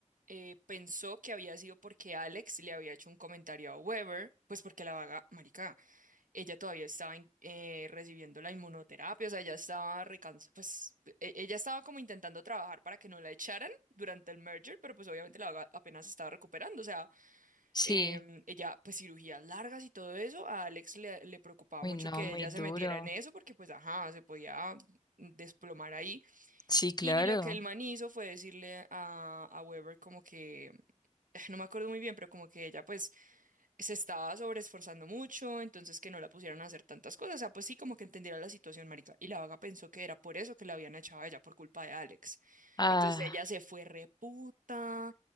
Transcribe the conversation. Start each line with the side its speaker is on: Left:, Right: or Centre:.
Right: eh, pensó que había sido porque Alex le había hecho un comentario a Weber, pues porque la vaga, marica. ella todavía estaba in- eh, recibiendo la inmunoterapia, o sea, ella estaba recansada, pues e- ella estaba como intentando trabajar para que no la echaran durante el merger, pero pues obviamente la vaga apenas se estaba recuperando, o sea,
Left: Sí.
Right: em, ella pues cirugías largas y todo eso, a Alex le, le preocupaba
Left: Uy,
Right: mucho
Left: no,
Right: que
Left: muy
Right: ella
Left: duro.
Right: se metiera en eso porque pues ajá, se podía desplomar ahí.
Left: Sí, claro.
Right: Y lo que el man hizo fue decirle a, a Weber como que, eh, no me acuerdo muy bien, pero como que ella pues se estaba sobreesforzando mucho, entonces que no la pusieran a hacer tantas cosas. O sea, pues sí, como que entendiera la situación, marica. Y la vaga pensó que era por eso que la habían echado a ella, por culpa de Alex.
Left: Ah,
Right: Entonces ella se fue reputa,